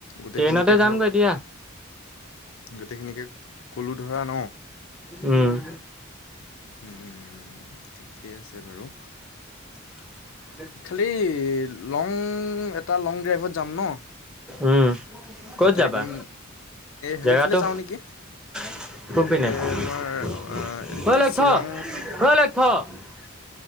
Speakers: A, on the left; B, in the centre.
A: গোটেইখিনিকে
B: ট্ৰেইনতে যামগৈ
A: ধৰক,
B: দিয়া
A: গোটেইখিনিকে ক'লো ধৰা ন
B: উম <inaudible>
A: উম ঠিকে আছে বাৰু।
B: <inaudible>
A: খালি লং এটা লং ড্ৰাইভত যাম ন।
B: উম, ক'ত
A: যাতে
B: যাবা?
A: একদম হেৰি
B: জেগাটো
A: ফালে যাওঁ নেকি।
B: <inaudible>
A: এ তোমাৰ এইটো কি শ্বিলং